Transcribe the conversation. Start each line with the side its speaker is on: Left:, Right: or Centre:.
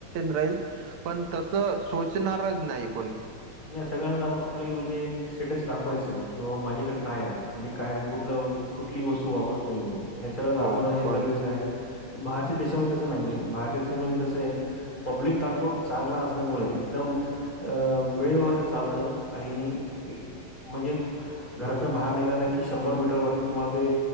Right: राहील पण तस सोचणारच नाही कुणी.
Left: नाही सगळ्यांना आपली म्हणजे, स्टेटस दाखवायचय की बाबा माझ्याकडे काय आहे. मी काय कुठ कुठली वस्तू वापरतोय मी हेच. सगळं
Right: हो
Left: दाखवणं हे
Right: बरोबर
Left: गरजेचं आहे. बाहेरच्या देशामध्ये तसं नाहीये, बाहेरच्या देशामध्ये कसं ये. पब्लिक ट्रान्सपोर्ट चांगल असल्यामुळे एकदम अ. वेळेवरच चालतं आणि एक म्हणजे, घरातन बाहेर निघालं की, शंभर मीटर वरती तुम्हाला ते.